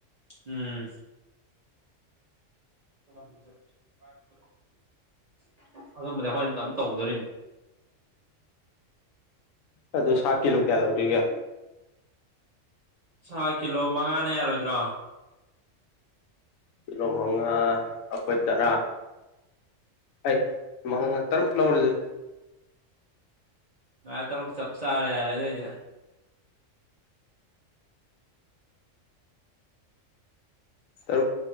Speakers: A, on the right (about 55°); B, on the left (about 85°).
A: ꯎꯝ ꯑꯝꯕꯗꯤ ꯑꯩꯈꯣꯏꯅꯇꯝ ꯇꯧꯗꯣꯔꯤꯅꯤ
B: ꯑꯗꯣ ꯁꯥꯀꯤꯂꯣ ꯀꯌꯥ ꯂꯧꯖꯦꯒꯌꯥ
A: ꯁꯥ ꯀꯤꯂꯣ ꯃꯉꯥꯅ ꯌꯥꯔꯣꯏꯗ꯭ꯔꯣ
B: ꯀꯤꯂꯣ ꯃꯉꯥ ꯑꯩꯈꯣꯏ ꯇꯔꯥ ꯑꯩ ꯃꯉꯥ ꯇꯔꯨꯛ ꯂꯧꯔꯁꯦ
A: ꯉꯥ ꯇꯔꯨꯛ ꯆꯞ ꯆꯥꯔꯦ ꯌꯥꯔꯦ ꯑꯗꯨꯏꯗꯤ
B: ꯨ <unintelligible>